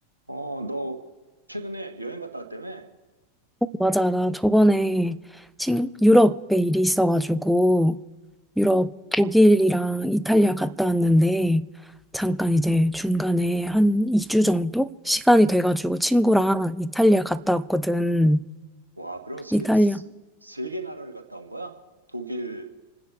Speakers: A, on the right; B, in the centre.
A: 어, 너 최근에 여행 갔다 왔다며?
B: 맞아. 나 저번에 친, 유럽에 일이 있어가지고 유럽 독일이랑 이탈리아 갔다 왔는데 잠깐 이제 중간에 한 2주 정도 시간이 돼가지고 친구랑 이탈리아 갔다 왔거든.
A: 와, 그럼 세,
B: 이탈리아,
A: 세 개 나라를 갔다 온 거야? 독일,